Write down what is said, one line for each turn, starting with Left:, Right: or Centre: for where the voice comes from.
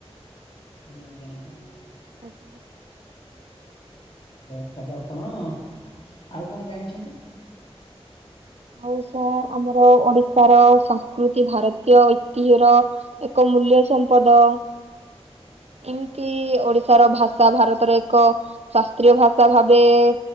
Left: ଆଜ୍ଞା ଆଜ୍ଞା ଆଜ୍ଞା।
Right: ଆଜ୍ଞା।
Left: ଦା ତାପରେ ଆପଣ-ଅ-ଅ ଆଉ କଣ ଜାଣିଛନ୍ତି?
Right: ଆଉ ସାର୍ ଆମର ଓଡିଶାର ସଂସ୍କୃତି ଭାରତୀୟ ଐତିହ୍ୟର ଏକ ମୂଲ୍ୟ ସମ୍ପଦ। ଏମିତି ଓଡିଶାର ଭାଷା ଭାରତରେ ଏକ ଶାସ୍ତ୍ରୀୟ ଭାଷା ଭାବେ-ଏ-ଏ